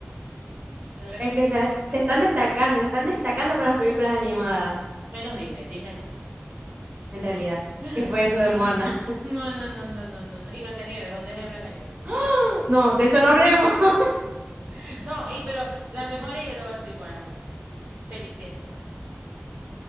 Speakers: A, on the right (about 80°); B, on the right (about 45°).
A: De verdad
B: Es
A: que es
B: que
A: muy
B: se,
A: bonita.
B: se están destacando, se están destacando con las películas animadas,
A: Menos Disney, Disney no.
B: en realidad.
A: <laughs>
B: ¿Qué fue eso de Moana?
A: No, no, no, no, no, no, no. Y Blancanieves, ¿dónde es Blancanieves?
B: <laughs> No, de eso no hablemos. <laughs>
A: <laughs> No, y, pero la mejor ella te voy a decir cuál es la mejor. Cenicienta.